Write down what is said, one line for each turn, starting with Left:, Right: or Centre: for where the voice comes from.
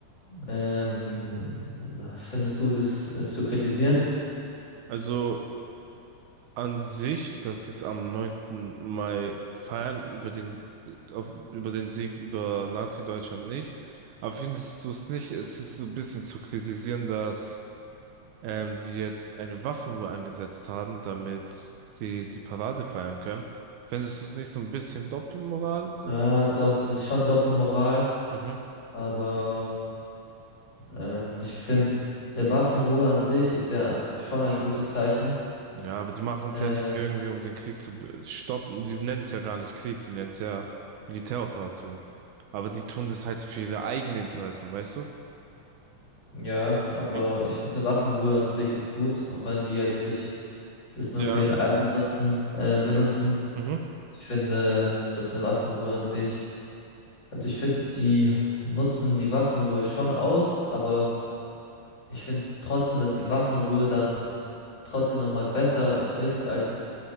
Left: Ähm, findest du das, es zu kritisieren?
Right: Also an sich, dass sie es am neunten Mai feiern, über den, auf, über den Sieg über Nazi-Deutschland nicht. Aber findest du es nicht? Es ist so ein bisschen zu kritisieren, dass ähm, die jetzt eine Waffenruhe angesetzt haben, damit die die Parade feiern können. Findest du es nicht so ein bisschen Doppelmoral? So?
Left: Ah, doch, das ist schon Doppelmoral,
Right: Mhm.
Left: aber ähm, ich finde, eine Waffenruhe an sich ist ja schon ein gutes Zeichen.
Right: Ja, aber die machen es
Left: Ähm,
Right: ja nicht irgendwie, um den Krieg zu be- stoppen. Die nennen es ja gar nicht Krieg, die nennen es ja Militäroperation. Aber die tun das halt für ihre eigenen Interessen, weißt du?
Left: ja, aber
Right: Wie-
Left: ich finde, eine Waffenruhe an sich ist gut, auch wenn die jetzt sich das nur
Right: Ja,
Left: für ihren eigenen Nutzen äh, benutzen.
Right: mhm.
Left: Ich finde, dass eine Waffenruhe an sich Also ich finde, die nutzen die Waffenruhe schon aus, aber ich finde trotzdem, dass die Waffenruhe dann trotzdem nochmal besser ist, als